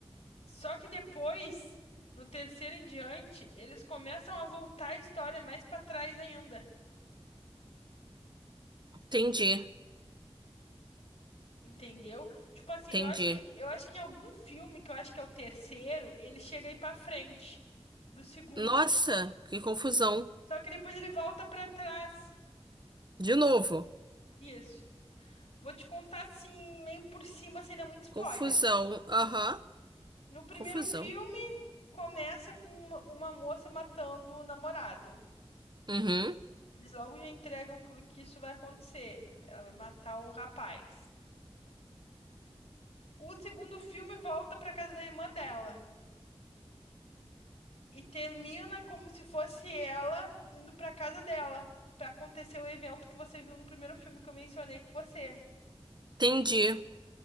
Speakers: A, on the left (about 80°); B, on the right (about 45°).
A: Só que depois, no terceiro em diante, eles começam a voltar a história mais pra trás ainda.
B: entendi,
A: Entendeu? Tipo assim,
B: entendi.
A: eu acho que eu acho que em algum filme que eu acho que é o terceiro, ele chega aí pra frente do segundo.
B: Nossa, que confusão.
A: Só que depois ele volta pra trás.
B: De novo.
A: Isso. Vou te contar assim, meio por cima, sem dar muito spoiler.
B: Confusão, aham,
A: No primeiro
B: confusão.
A: filme, começa com uma, uma moça matando o namorado.
B: Uhum,
A: Eles logo já entregam que, que isso vai acontecer. Ela vai matar o rapaz. O segundo filme volta pra casa da irmã dela e termina como se fosse ela indo pra casa dela pra acontecer o evento que você viu no primeiro filme que eu mencionei com você.
B: entendi.